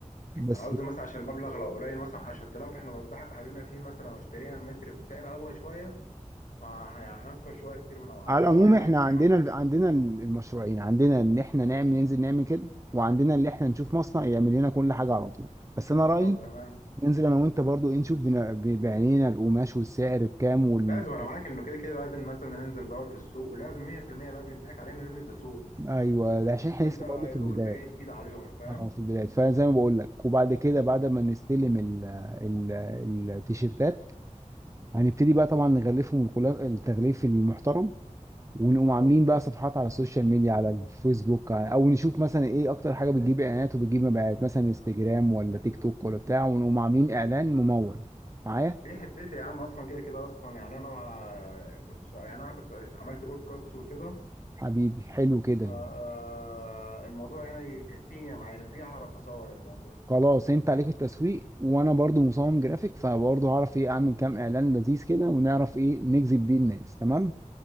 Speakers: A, on the right; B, on the left.
A: بس
B: انا قصدي مثلا عشان المبلغ لو قليل مثلا 10000 احنا لو اتضحك علينا فيه مثلا واشترينا المتر بسعر اغلى شويه فهنخسر شويه كتير من ال 10
A: على العموم
B: واحنا
A: احنا
B: محتاجينهم
A: عندنا
B: مثلا
A: عندنا المشروعين عندنا ان احنا نعمل ننزل نعمل كده وعندنا ان احنا نشوف مصنع يعمل لنا كل حاجه على طول بس انا رايي
B: طب تمام
A: ننزل انا وانت برضو ايه نشوف بنا- ب- بعينينا القماش والسعر بكام وال...
B: لازم انا معاك انه كده كده لازم مثلا ننزل ندور في السوق ولازم 100% لازم يضحك علينا لان ده سوق
A: ايوه ده عشان احنا
B: وانت
A: لسه
B: يا
A: برضو في
B: دوب
A: البدايات
B: انت جاي جديد عليهم فاهم
A: اه في البداية فانا زي ما بقول لك وبعد كده بعد ما نستلم ال ال التيشيرتات هنبتدي بقى طبعا نغلفهم الغلاف- التغليف المحترم ونقوم
B: بالظبط
A: عاملين بقى صفحات على السوشيال ميديا على الفيسبوك او نشوف مثلا ايه اكتر حاجة بتجيب اعلانات وبتجيب مبيعات مثلا انستجرام ولا تيك توك ولا بتاع ونقوم عاملين اعلان ممول معايا
B: دي حتتي يا عم اصلا كده كده اصلا يعني انا ما كنت يعني انا كنت عملت بودكاست وكده
A: حبيبي حلو كده
B: فالموضوع يعني كان فيه معايا فيه اعرف اسوق للموضوع
A: خلاص انت عليك التسويق وانا برضو مصمم جرافيك فبرضو هعرف ايه اعمل كام اعلان لذيذ كده ونعرف ايه نجذب بيه الناس تمام